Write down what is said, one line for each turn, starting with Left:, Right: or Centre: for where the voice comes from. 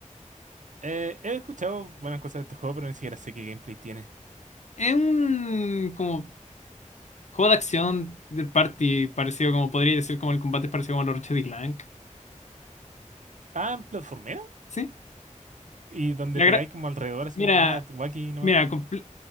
Right: Eh, he escuchado buenas cosas de este juego, pero ni siquiera sé qué gameplay tiene.
Left: Es un como Juego de acción del party parecido como podría decir como el combate parecido como los Ratchet y Clank.
Right: Ah, en platformero.
Left: Sí.
Right: Y donde
Left: La
Right: pegáis
Left: gra-
Right: como alrededor, así
Left: mira,
Right: como, ah, tu aquí nomás.
Left: mira, comple-